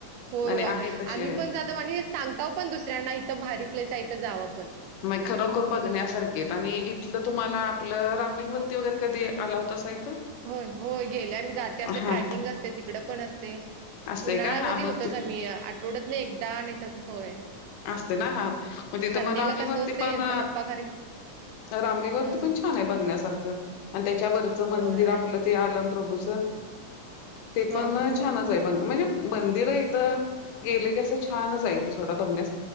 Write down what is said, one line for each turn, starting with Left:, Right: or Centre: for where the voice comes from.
Right: होय,
Left: नाही नाही
Right: होय.
Left: आहे तशी
Right: आम्ही
Left: आहेत
Right: पण जातो आणि सांगता पण दुसऱ्यांना इथं भारी प्लेस आहे इथं जावा पण
Left: मग खरोखर बघण्यासारखे आणि इथलं तुम्हाला आपलं रामलिंग ववरती वगैरे कधी आला होतासा इथं
Right: हो होय गेले आम्ही जाते आमच
Left: हा
Right: ट्रॅकिंग तिकड पण असते
Left: असतय
Right: उन्हाळ्यामध्ये
Left: का हा मग
Right: होतच
Left: ते
Right: आम्ही आठवड नाही एकदा नाही तर होय
Left: असते ना हा मग तिथं
Right: संडेला
Left: पण रामलिंगवररती
Right: कसं होतंय
Left: पण
Right: ह्यांचा पप्पा घरी
Left: रामरेगावरती
Right: हां, हां.
Left: पण छान आहे बघण्यासारखं आणि त्याच्यावररचं मंदिर
Right: होय आणि
Left: आपलं ते आलम प्र्रभूचं ते
Right: हां,
Left: पण
Right: हां.
Left: छान म्हणजे मंदिर इथ गेले की अस छानच आहे तडा बण्या